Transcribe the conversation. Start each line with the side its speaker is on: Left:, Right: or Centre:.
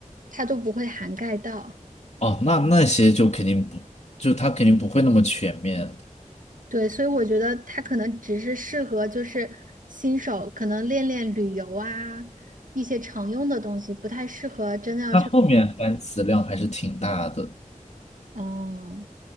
Right: 它都不会涵盖到。
Left: 哦，那那些就肯定不，就它肯定不会那么全面的，
Right: 对，所以我觉得它可能只是适合就是新手，可能练练旅游啊，一些常用的东西，不太适合真的要去。
Left: 它后面单词量还是挺大的。
Right: 哦，